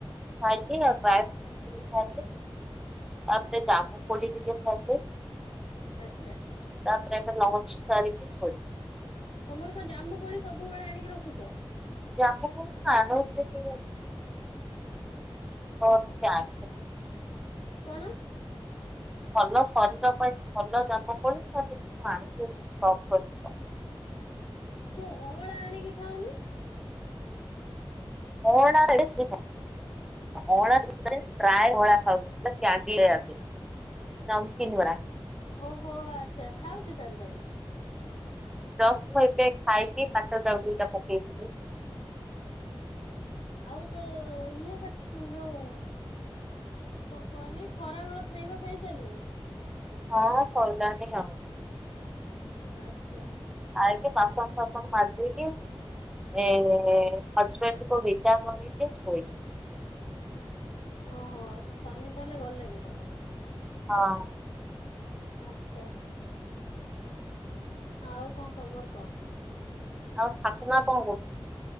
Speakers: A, in the centre; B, on the left.
A: ଖଇକି ଆଉ ଡ୍ରାଏଫୃଟ୍ସ <inaudible> ଖାଇଲି। ତାପରେ ଜାମୁକୋଳି ଟିକେ ଖାଇଲେ।
B: ଆଚ୍ଛା।
A: ତାପରେ ଏବେ ଲଞ୍ଚ କରିକି ଶୋଇଛି।
B: ତୋମର କଣ ଜାମୁକୋଳି ସବୁବେଳେ ଆଣିକି ରଖୁଛ?
A: ଜାମୁକୋଳି ଆଣୁଛିକି <inaudible> ଜାଣି
B: କଣ?
A: ଭଲ ଶରୀର ପାଇଁ ଭଲ ଜାମକୋଳି ତ <inaudible> ଆଣିିକି ଷ୍ଟକ୍ କରିକି ର
B: ତୁ ଅଁଳା ଆଣିକି ଖାଉନୁ।
A: ଅଁଳା ରେ <inaudible> ଅଁଳା <inaudible> ଡ୍ରାଏ ଅଁଳା ଖାଉଛି ସେ <unintelligible> ନମକିନ୍ ବରା।
B: ଓହୋ! ଆଚ୍ଛା ଖାଉଛୁ ତାହେଲେ ତାକୁ?
A: ଜଷ୍ଟ ମୁଁ ଏବେ ଖାଇକି ପାଟିରେ ତାକୁ ଦିଟା ପକେଇଥିଲି।
B: ଆଉ ଯେ ଇଏ କରଛି ଯୋଉ କଣ କହନି ଖରାବେଳ ଖାଇବା ଖାଇ ସାରଲୁଣି?
A: ହଁ ସଇଲାଣିି ଆଉ।
B: ଆଚ୍ଛା।
A: ଖାଇକି ବାସନ ଫାସନ ମାଜିକି ଏ ହଜ୍ ବେଣ୍ଡ କୁ ବିଦା କରିବି ଶୋଇ
B: ହଁ ହଁ ସ୍ୱାମୀ ତାହେଲେ ଗଲେଣି ତମର?
A: ହଁ।
B: ଆଚ୍ଛା, ଆଉ କଣ ଖବର କହ?
A: ଆଉ ଶାଶୁମା କଣ କରୁ